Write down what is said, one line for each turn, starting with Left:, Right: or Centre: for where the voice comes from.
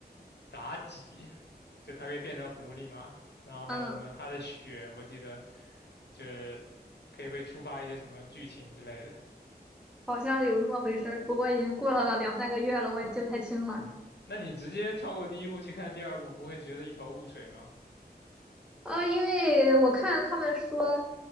Left: 妲己，就它可以变成狐狸嘛。然后还有什么它的血，
Centre: <laughs> 嗯，
Left: 我记得就是可以会触发一些什么剧情之类的。
Centre: 好像有那么回事儿，不过已经过了两三个月了，我也记不太清了。
Left: 那你直接跳过第一部去看第二部，不会觉得一头雾水吗？
Centre: 啊，因为我看他们说，